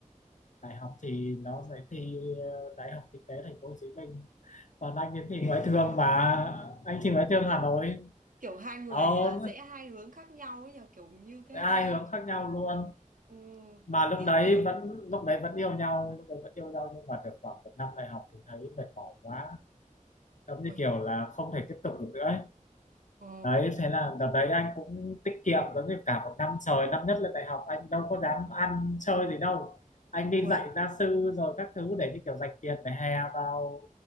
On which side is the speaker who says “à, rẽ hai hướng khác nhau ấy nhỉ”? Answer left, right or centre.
Right